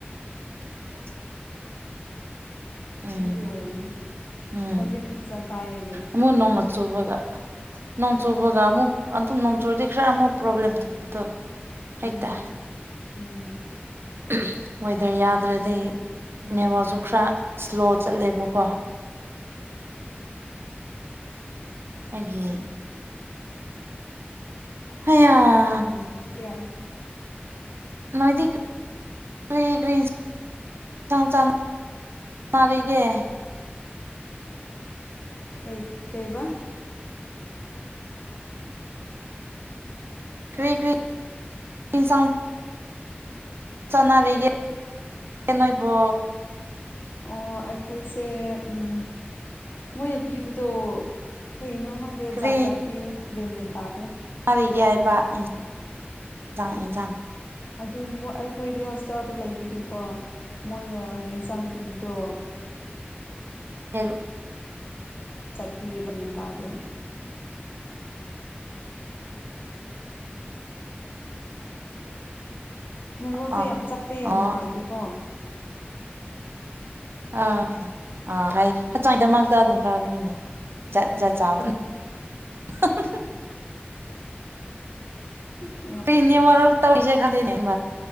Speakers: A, on the right (about 70°); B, on the left (about 55°).
A: <inaudible> ꯎꯝ
B: ꯑꯗꯨꯒꯤ ꯑꯣꯏꯔꯝꯅꯤ
A: ꯎꯝ
B: ꯍꯧꯖꯤꯛꯇꯤ ꯐꯖꯅ ꯇꯥꯏ ꯑꯩꯗꯤ
A: ꯑꯃꯨꯛ ꯅꯣꯡꯅ ꯆꯨꯕꯒ ꯅꫭꯡ ꯆꯨꯕꯒ ꯑꯃꯨꯛ ꯑꯗꯨꯝ ꯅꯣꯡꯆꯨꯔꯗꯤ ꯈꯔ ꯑꯃꯨꯛ ꯄ꯭ꯔꯣꯕ꯭ꯂꯦꯝ ꯊꯣꯛꯄꯗꯣ
B: ꯎꯝ
A: ꯍꯦꯛꯇ
B: ꯎꯝ
A: ꯑꯍꯝ ꯋꯦꯗꯔ ꯌꯥꯗ꯭ꯔꯗꯤ ꯅꯦꯋꯥꯁꯨ ꯈꯔ ꯁꯂꯣ ꯆꯠꯂꯦꯕꯀꯣ ꯑꯩꯒꯤ ꯍꯌꯥ
B: ꯎꯝ ꯀꯌꯥ
A: ꯅꯣꯏꯗꯤꯛ ꯀꯔꯤ ꯀꯔꯤ ꯆꯅꯔꯤꯒꯦ
B: ꯀꯩ ꯀꯩꯕꯥ
A: ꯀ꯭ꯔꯤ ꯀ꯭ꯔꯤ
B: ꯎꯝ
A: ꯆꯥꯎ ꯆꯅꯕꯤꯒꯦ ꯀ ꯅꯣꯏꯕꯣ
B: ꯑꯣ ꯑꯩꯈꯣꯏꯁꯦ ꯎꯝ ꯃꯣꯏꯅ ꯄꯤꯕꯗꯣ ꯑꯩꯣꯏꯅ ꯍꯪꯗꯠꯖꯇ
A: ꯀꯔꯤ
B: ꯦꯃꯦꯦꯟ ꯇꯥꯗ
A: ꯀꯔꯤꯒꯦ ꯍꯥꯏꯕ ꯏꯟꯖꯥꯡ ꯏꯟꯁꯥꯡ
B: ꯑꯗꯨꯝ ꯃꫭ ꯑꯩꯈꯣꯏꯗꯤ ꯍꯣꯁꯇꯦꯜꯗ ꯂꯩꯕꯒꯤꯀꯣ ꯃꯣꯏꯅ ꯌꯦꯟꯁꯥꯡ ꯄꯤꯕꯗꯣ
A: ꯎ
B: ꯆꯠ ꯄꯤꯌꯦꯕꯅꯦ ꯇꯥꯗꯦꯕ ꯅꯩꯕꯣꯛꯁꯦ
A: ꯑꯣ
B: ꯌꯥꯝ ꯆꯞꯄꯦ ꯌꯥꯝ
A: ꯑꯣ
B: ꯅꯨꯡꯉꯥꯏꯇꯦꯀꯣ
A: ꯑꯥ ꯑꯥꯆꯋꯥꯏꯗꯃꯛꯇ ꯑꯗꯨꯝ ꯐꯕꯅꯤꯅꯦ ꯖꯥꯠ ꯖꯥꯠ ꯆꯥꯕ ꯑ
B: ꯑ
A: ꯄꯅꯤꯌꯔ ꯇꯧꯔꯤꯁꯦ ꯈꯟꯗꯦꯅꯦ